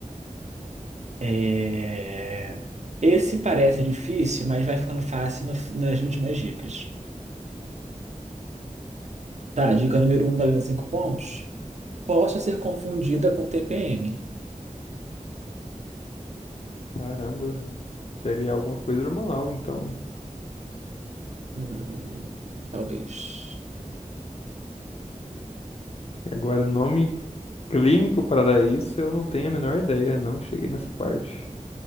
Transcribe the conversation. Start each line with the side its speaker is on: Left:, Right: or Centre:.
Right: É, Esse parece difícil, mas vai ficando fácil no- nas últimas dicas. Tá, dica número um valendo 5 pontos. Posso ser confundida com TPM.
Left: Caramba, seria alguma coisa hormonal, então.
Right: Hum, talvez.
Left: Agora, nome clínico para isso, eu não tenho a menor ideia, não cheguei nessa parte.